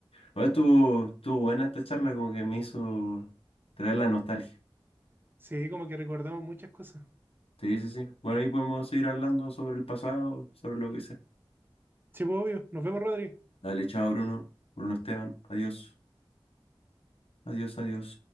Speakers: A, on the left (about 80°); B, on the right (about 20°).
A: Bueno, estuvo, estuvo buena esta charla, como que me hizo traer la nostalgia.
B: sí, como que recordamos muchas cosas.
A: Sí, sí, sí. Bueno, ahí podemos seguir hablando sobre el pasado, sobre lo que sea.
B: Sí, pues, obvio. Nos vemos, Rodri.
A: Dale, chao, Bruno. Bruno Esteban. Adiós, adiós, adiós.